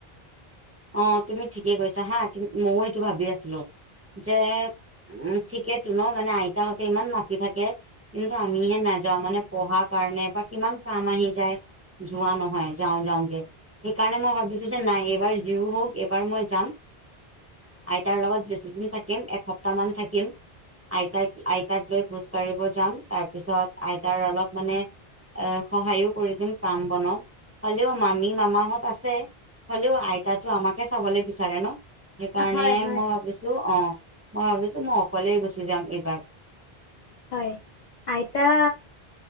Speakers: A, on the right (about 15°); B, on the left (about 55°).
A: অ তুমি ঠিকেই কৈছা হা মইও এইটো ভাবি আছিলো যে উম ঠিকেইতো ন মানে আইতাহতে ইমান মাতি থাকে কিন্তু আমিহে নাযাওঁ মানে পঢ়া কাৰণে বা কিমান কাম আহি যায় যোৱা নহয় যাও যাওকে সেইকাৰণে মই ভাবিছো যে নাই এবাৰ যিও হওক এবাৰ মই যাম আইতাৰ লগত বেছিদিন থাকিম এসপ্তাহ মান থাকিম আইতাক আইতাক লৈ খোজ কঢ়িব যাম তাৰপিছত আইতাৰ অলপ মানে এ সহায়ো কৰি দিম কাম বনত হলেও মামী মামাহত আছে হলেও আইতাতো আমাকে চাবলৈ বিচাৰে ন সেইকাৰণে
B: হয় হয়।
A: মই ভাবিছো অ মই ভাবিছো মই অকলেই গুচি যাম এইবাৰ
B: হয় আইতা